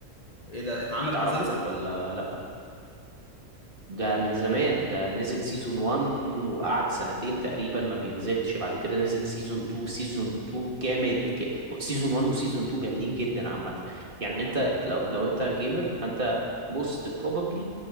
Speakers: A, on the left; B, on the right.
A: إيه ده اتعملت
B: تعرفه
A: مسلسل؟
B: ولا لا ده من زمان ده نزل سيزون 1 وقعد سنتين تقريبا ما بينزلش بعد كده نزل سيزون 2 سيزون 2 جامد ك... سيزون 1 وسيزون 2 جامدين جدا عامة يعني انت لو لو انت جيمر فانت most probably